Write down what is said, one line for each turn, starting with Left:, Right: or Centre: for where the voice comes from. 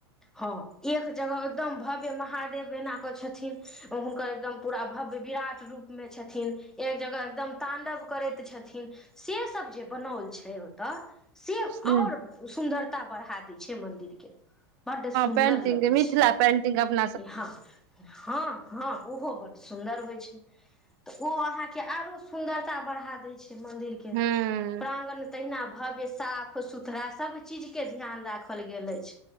Centre: हँ एक जगह एकदम भव्य महादेव एना क छथिन हुनकर एकदम पूरा भव्य विराट रूप मे छथिन एक जगह एकदम तांडव करैत छथिन से सब जे बनल छै ओतय से
Right: हू
Centre: आओर
Right: <inaudible>
Centre: सुन्दरता बढ़ा दै छै मंदिर के बड सुन्दर
Right: पेंटिंग
Centre: लगै
Right: मिथिला
Centre: छै
Right: पेंटिंग अप <unintelligible>
Centre: हँ हँ हँ ओहो बड्ड सुन्दर होइ छै ओ अहाँ के आरो सुंदरता बढ़ा दे छै मंदिर के
Right: हूं
Centre: प्रांगण तहिना भव्य साफ साफ सुथड़ा सभ चीजके ध्यान राखल गेल अछि